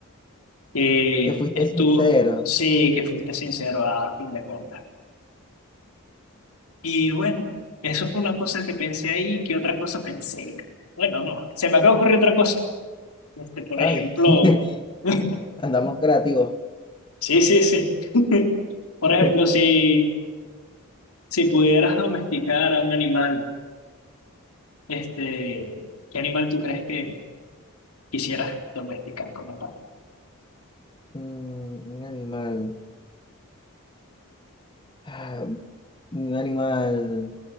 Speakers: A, on the left; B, on the left.
A: que
B: que fuiste
A: es
B: sincero.
A: tú, sí, que fuiste sincero a fin de cuentas. Y bueno, eso fue una cosa que pensé ahí, ¿qué otra cosa pensé? Bueno, no, se me acaba de ocurrir otra cosa. Este, por
B: Ay,
A: ejemplo,
B: <laughs>
A: <laughs>
B: andamos creativos.
A: sí, sí, sí. <laughs> Por
B: <laughs>
A: ejemplo, si, si pudieras domesticar a un animal, este, ¿qué animal tú crees que quisieras domesticar como tal?
B: Mm, un animal. Ah, Un animal.